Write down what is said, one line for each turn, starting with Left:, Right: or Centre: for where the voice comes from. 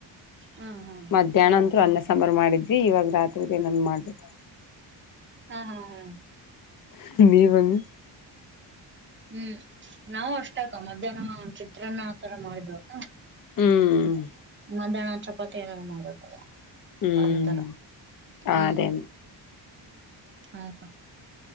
Right: ಹಾ ಹಾ
Left: ಮಧ್ಯಾಹ್ನ
Right: ಹೌದಕ್ಕ
Left: ಅಂದರು ಅನ್ನ ಸಾ ಸಾಂಬಾರ್ ಮಾಡಿದ್ವಿ ಇವಾಗ ರಾತ್ರಿ <unintelligible> ಏನನ್ ಮಾಡಬೇಕು.
Right: ಹಾ ಹಾ ಹಾ
Left: <unintelligible>
Right: ಹ್ಮ ನಾವ ಅಷ್ಟ ಅಕ್ಕ ಮಧ್ಯಾಹ್ನ ಚಿತ್ರಾನ್ನ ಆತರ ಮಾಡಿದ್ವಕ್ಕ
Left: ಹ್ಮ್ಮ
Right: <unintelligible> ಚಪಾತಿ ಏನನ ಮಾಡ್ಬೇಕಕ್ಕ.
Left: ಹ್ಮ್
Right: ಅದೇ ತರ ಹ್ಮ
Left: ಅದೇ
Right: ಹ ಅಕ್ಕ.